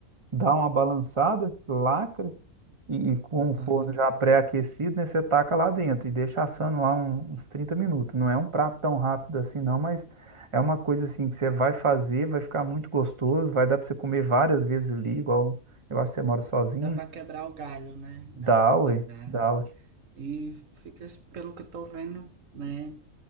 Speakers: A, on the right; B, on the right.
A: dá uma balançada, lacra, e, e com o forno
B: Aham.
A: já pré-aquecido, né, você taca lá dentro e deixa assando lá um- uns 30 minutos. Não é um prato tão rápido assim, não, mas é uma coisa assim que você vai fazer, vai ficar muito gostoso, vai dar para você comer várias vezes ali, igual eu acho que você mora sozinho.
B: Dá para quebrar o galho, né?
A: Dá,
B: Dá para quebrar
A: ué,
B: o galho.
A: dá, ué.
B: E fica, pelo que eu tô vendo, né?